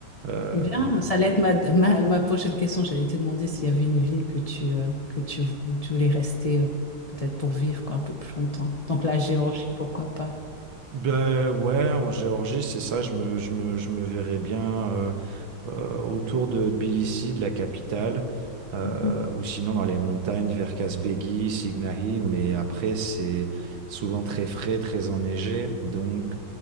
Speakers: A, on the right (about 80°); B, on the left (about 40°).
A: Euh,
B: bien. Ça allait être ma, ma, ma prochaine question. J'allais te demander s'il y avait une ville que tu, euh, que tu, où tu voulais rester, euh, peut-être pour vivre quoi, un peu plus longtemps. Donc la Géorgie, pourquoi pas?
A: Ben ouais, en Géorgie, c'est ça, je me, je me, je me verrais bien euh, euh, autour de Tbilissi, de la capitale, euh,
B: Mhm.
A: ou sinon dans les montagnes vers Kazbegi, Signahi, mais après c'est souvent très frais, très enneigé, donc